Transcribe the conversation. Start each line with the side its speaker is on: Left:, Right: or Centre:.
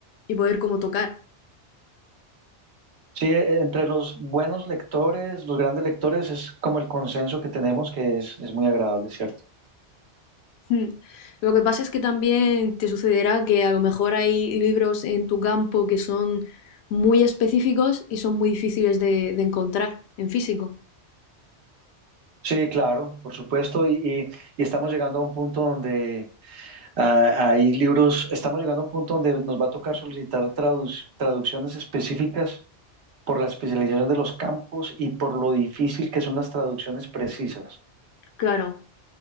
Left: y poder como tocar.
Right: Sí, e- entre los buenos lectores, los grandes lectores, es como el consenso que tenemos que es, es muy agradable, ¿cierto?
Left: Mm. Lo que pasa es que también te sucederá que a lo mejor hay libros en tu campo que son muy específicos y son muy difíciles de, de encontrar en físico.
Right: Sí, claro, por supuesto, y, y- y estamos llegando a un punto donde ah, hay libros, estamos llegando a un punto donde nos va a tocar solicitar tradu- traducciones específicas por la especialización de los campos y por lo difícil que son las traducciones precisas.
Left: Claro,